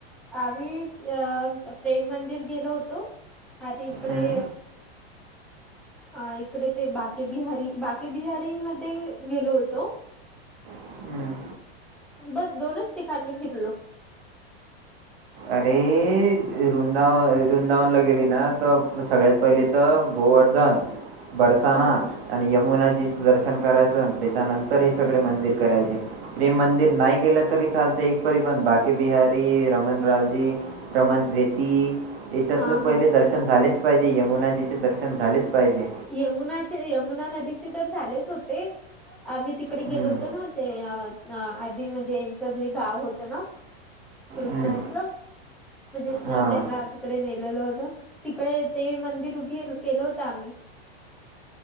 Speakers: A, in the centre; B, on the right (about 70°).
A: आम्ही अ प्रेम मंदिर गेलो होतो. आधी इकडे
B: हं,
A: हा इकडे ते बाके बिहारी, बाके बिहारी मध्ये गेलो होतो.
B: हं.
A: बस दोनच ठिकाणी फिरलो.
B: अरे! वृंदावन वृंदावनला गेली ना? तर सगळ्यात पहिले तर गोवर्धन
A: <inaudible>
B: बरसाना
A: हा
B: आणि यमुनाजीचं दर्शन करायचं त्याच्यानंत तर हे सगळे मंदिर करायचे. प्रेम मंदिर नाही केलं तरी चालते. एकतरी पण बाकी बिहारी, रमन लालजी, रमन रेती यांच्यातलं
A: हा
B: पहिले
A: हा
B: दर्शन दर्शन झालेच पाहिजे. यमुनाजीचे दर्शन झालेच पाहिजे.
A: यमुनाचे यमुना नदीचे तर झालेच होते. ते आम्ही तिकडे
B: हं,
A: गेलो होतो ना, ते अ आधी म्हणजे यांचं जे गाव होतं ना, कृष्णाच.
B: हं.
A: म्हणजे
B: हां.
A: त्यांना तिकडे नेलेलं होतं. तिकडे ते मंदिर उघेल केलं होतं आम्ही. <inaudible>